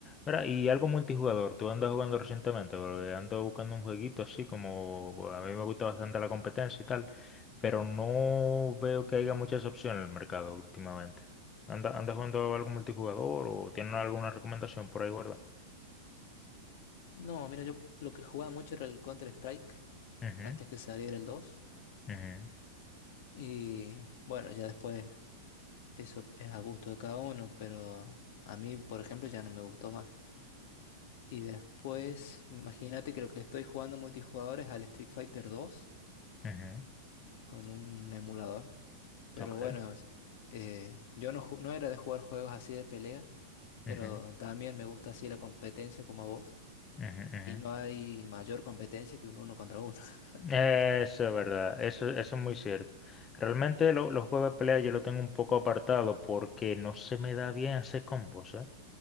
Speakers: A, on the left; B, on the left.
A: Mira, y algo multijugador, ¿tú andas jugando recientemente? Porque ando buscando un jueguito así como, bueno, a mí me gusta bastante la competencia y tal, pero no veo que haya muchas opciones en el mercado últimamente. ¿Anda- ¿Andas jugando algo multijugador o tienes alguna recomendación por ahí guardada?
B: No, mira, yo lo que jugaba mucho era el Counter-Strike,
A: Ujú,
B: antes que saliera el dos
A: ujú,
B: Y bueno, ya después eso es a gusto de cada uno, pero a mí, por ejemplo, ya no me gustó más. Y después, imagínate que lo que estoy jugando multijugador es al Street Fighter dos
A: ujú,
B: con un emulador. Pero
A: ok,
B: bueno, es- eh, yo no, ju- no era de jugar juegos así de pelea, pero
A: ujú,
B: también me gusta así la competencia como a vos.
A: ujú, ujú.
B: Y no hay mayor competencia que un uno contra uno. <laughs>
A: Eso es verdad, eso, eso es muy cierto. Realmente lo- los juegos de pelea yo lo tengo un poco apartado porque no se me da bien hacer combos, ¿eh?